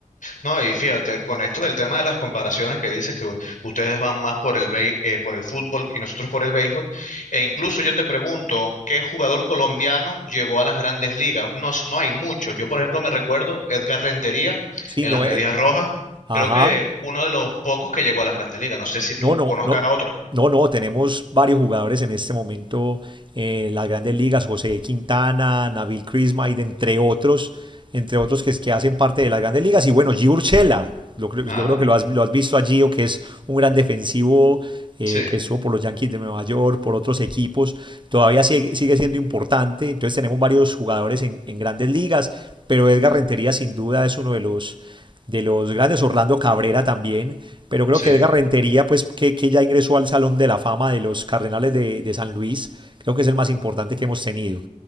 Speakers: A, on the left; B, on the right.
A: No, y fíjate, con esto del tema de las comparaciones que dices que u- ustedes van más por el, bei- eh, por el fútbol y nosotros por el béisbol, e incluso yo te pregunto, ¿qué jugador colombiano llegó a las grandes ligas? No, s- no hay muchos. Yo, por ejemplo, me recuerdo Edgar Rentería
B: Sí,
A: en
B: no
A: las Medias
B: es.
A: Rojas,
B: Ajá.
A: creo que uno de los pocos que llegó a las grandes ligas. No sé si tú
B: No, no,
A: conozcas
B: no,
A: a otro.
B: no, no, tenemos varios jugadores en este momento en las grandes ligas, José Quintana, Nabil Crismaid, entre otros, entre otros que, es- que hacen parte de las grandes ligas. Y bueno, Gio Urshela, lo creo-
A: Ah,
B: yo creo que lo has, lo has visto a Gio, que es un gran defensivo eh,
A: sí,
B: que estuvo por los Yankees de Nueva York, por otros equipos, todavía sigue, sigue siendo importante. Entonces tenemos varios jugadores en, en grandes ligas, pero Edgar Rentería sin duda es uno de los de los grandes, Orlando Cabrera también, pero creo
A: sí,
B: que Edgar Rentería, pues que, que ya ingresó al Salón de la Fama de los Cardenales de, de San Luis, creo que es el más importante que hemos tenido.